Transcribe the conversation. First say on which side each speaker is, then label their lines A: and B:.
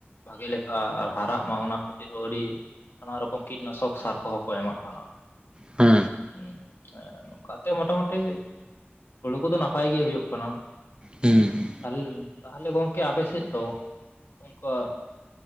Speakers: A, on the left (about 65°); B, on the right (about 25°).
A: ᱵᱷᱟᱜᱮ ᱟᱨ ᱦᱟᱨᱟᱜ ᱢᱟ ᱚᱱᱟ ᱠᱷᱟᱹᱛᱤᱨ ᱦᱚᱸ ᱟᱹᱰᱤ ᱱᱟᱱᱟ ᱨᱚᱠᱚᱢ ᱠᱤᱴᱱᱟᱥᱚᱠ ᱥᱟᱨ ᱠᱚᱦᱚᱸ ᱠᱚ ᱮᱢᱟᱜ ᱠᱟᱱᱟ
B: ᱦᱩᱸ
A: ᱦᱮᱸ ᱱᱚᱝᱠᱟᱛᱮ ᱢᱳᱴᱟᱢᱩᱴᱤ ᱦᱩᱲᱩ ᱠᱚᱫᱚ ᱱᱟᱯᱟᱭ ᱜᱮ ᱦᱩᱭᱩᱜ ᱠᱟᱱᱟ
B: ᱦᱩᱸ ᱦᱩᱸ
A: ᱯᱟᱦᱩᱞᱤᱞ ᱛᱟᱦᱚᱞᱮ ᱜᱚᱝᱠᱮ ᱟᱯᱮᱥᱮᱫ ᱫᱚ ᱚᱱᱠᱟ